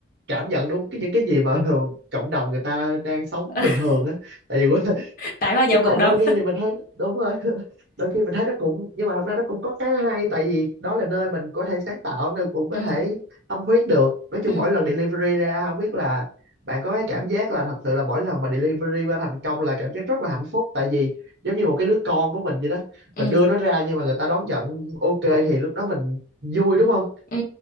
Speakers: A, on the right; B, on the left.
A: cảm nhận đúng cái những cái gì mà <laughs> cộng đồng người ta đang sống
B: <laughs>
A: bình thường á tại vì
B: tái hòa nhập
A: nhưng mà
B: cộng
A: đôi
B: đồng
A: khi thì mình thấy đúng rồi <laughs> đôi khi mình thấy nó cũng nhưng mà thật ra nó cũng có cái hay tại vì đó là nơi mình có thể sáng tạo nên cũng có
B: <laughs> ừ,
A: thể tâm huyết được nói chung
B: ừ,
A: mỗi lần delivery ra không biết là bạn có cái cảm giác là thật sự là mỗi lần mà delivery qua thành công là cảm giác rất là hạnh phúc tại vì giống như một cái đứa con của mình vậy đó
B: ừ,
A: mình đưa nó ra nhưng mà người ta đón nhận ok thì lúc đó mình vui đúng không
B: ừ.